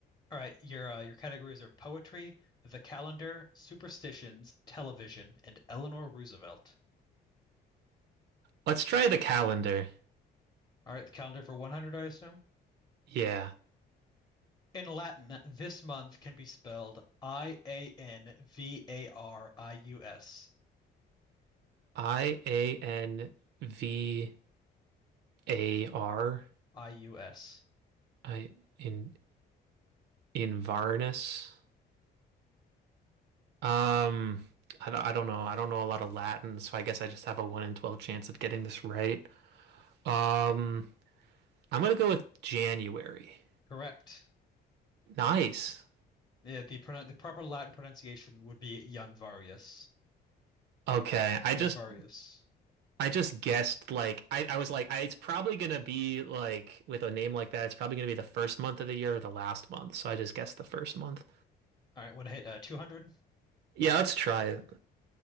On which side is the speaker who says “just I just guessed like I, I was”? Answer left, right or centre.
Right